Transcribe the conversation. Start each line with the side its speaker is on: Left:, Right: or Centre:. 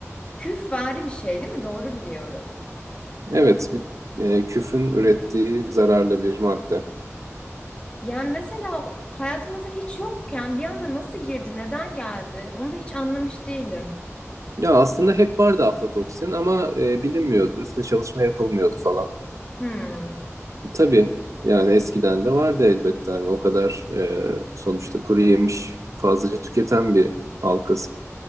Left: küfvari bir şey değil mi? Doğru biliyorum.
Right: Evet, bir, e, küfün ürettiği zararlı bir madde.
Left: Yani mesela hayatımızda hiç yokken bir anda nasıl girdi, neden geldi? Onu da hiç anlamış değilim.
Right: Ya aslında hep vardı aflatoksin ama e, bilinmiyordu, üstüne çalışma yapılmıyordu falan.
Left: Hmm.
Right: Tabii yani eskiden de vardı elbette hani o kadar e, sonuçta kuru yemiş fazlaca tüketen bir halkız.